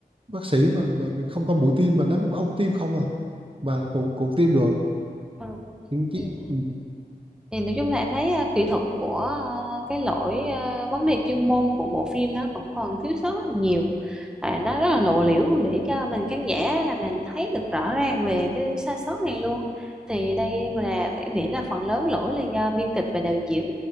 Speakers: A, on the right (about 30°); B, in the centre.
A: bác sĩ mà mà không có mũi tiêm mà nắm có ông tiêm không à mà cũng cũng tiêm được
B: Ừ.
A: những
B: Dạ.
A: chi ừ,
B: thì nói chung là em thấy ờ, kỹ thuật của ờ, cái lỗi ờ, vấn đề chuyên môn của bộ phim nó vẫn còn thiếu sót rất là nhiều à, nó rất là lộ liễu để cho mình khán giả là mình thấy được rõ ràng về cái sai sót này luôn thì đây là em nghĩ là phần lớn lỗi là do biên kịch và đạo diễn